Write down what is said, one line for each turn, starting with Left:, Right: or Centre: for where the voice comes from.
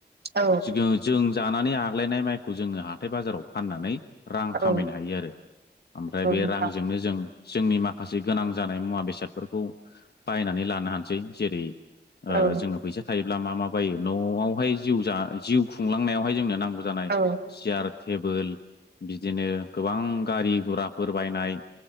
Right: औ
Left: जों जानानै आग्लायनाय माइखौ जोङो हाथाय बाजाराव फाननानै रां
Right: औ
Left: खामायनो हायो आरो ओमफ्राय
Right: नंगौ
Left: बे
Right: नोंथां
Left: रांजोंनो जों जोंनि माखासे गोनां जानाय मुवा बेसादफोरखौ बायनानै लानो हानोसै जेरै जोङो
Right: औ
Left: फैसा थायोब्ला मा मा बायो न'आवहाय जि जिउ खुंलांनायावहाय जोंनो नांगौ जानाय
Right: औ
Left: सियार टेबोल बिदिनो गोबां गारि घुराफोर बायनाय